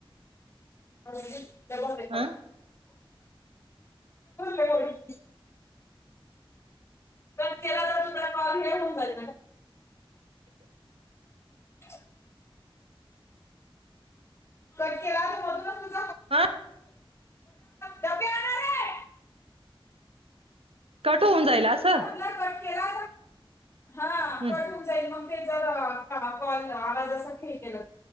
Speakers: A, on the left; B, on the right.
A: ण तेव ते
B: ह
A: रेकॉर्डिंग कट केला तर तुला कॉल घ होऊन जाल हा कट केला तरधच तुझ
B: हा
A: डबे आणा रे
B: कठ होऊन जाईल असं
A: ट केला हा
B: हम्म
A: कट जाईल मग ते जर कॉल आवाजासाठी केलं